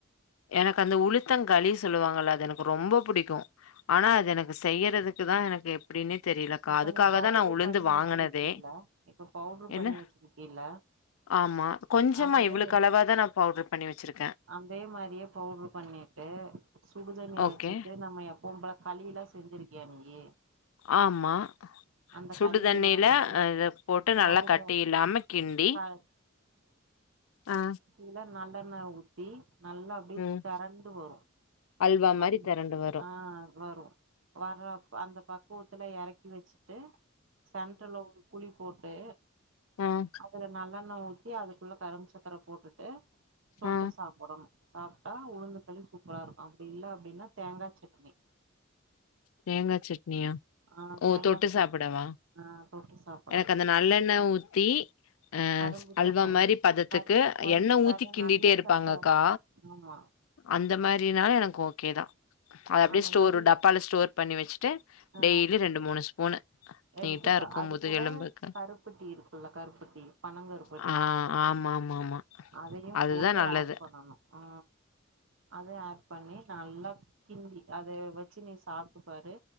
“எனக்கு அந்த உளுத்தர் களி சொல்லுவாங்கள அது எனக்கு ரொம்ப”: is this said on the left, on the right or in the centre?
Left